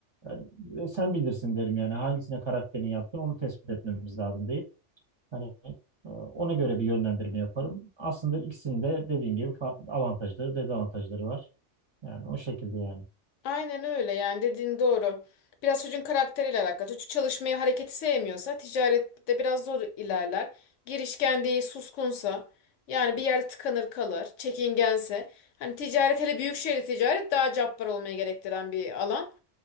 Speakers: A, on the right; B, on the left.
A: yani e, sen bilirsin derim yani hangisine karakterin yatkın onu tespit etmemiz lazım değil. Hani e, ona göre bir yönlendirme yaparım. Aslında ikisinin de dediğim gibi fa- avantajları, dezavantajları var. Yani o şekilde yani.
B: Aynen öyle yani dediğin doğru. Biraz çocuğun karakteriyle alakalı. Çocuk çalışmayı, hareketi sevmiyorsa ticarette biraz zor ilerler. Girişken değil, suskunsa yani bir yerde tıkanır kalır, çekingense. Hani ticaret hele büyük şehirde ticaret daha cabbar olmaya gerektiren bir alan.